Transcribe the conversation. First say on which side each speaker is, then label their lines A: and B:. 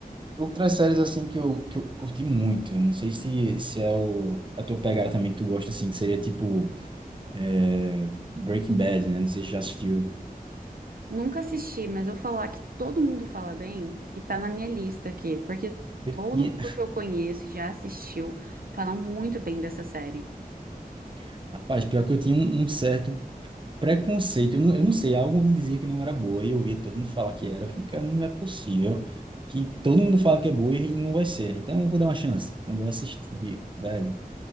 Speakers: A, on the right; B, on the right.
A: outras séries assim que eu, que eu curti muito, não sei se, se é o, a tua pegada também que tu gosta, assim, que seria tipo é, Breaking Bad, né? Não sei se já assistiu.
B: Nunca assisti, mas vou falar que todo mundo fala bem e tá na minha lista aqui, porque
A: Eu
B: todo
A: tinha,
B: mundo que eu conheço e já assistiu fala muito bem dessa série.
A: <laughs> rapaz, pior que eu tinha um, um certo preconceito, eu não, eu não sei, algo me dizia que não era boa, e eu via todo mundo falar que era, fica, não é possível que todo mundo fala que é boa e não vai ser, então eu vou dar uma chance. Quando eu assisti, velho,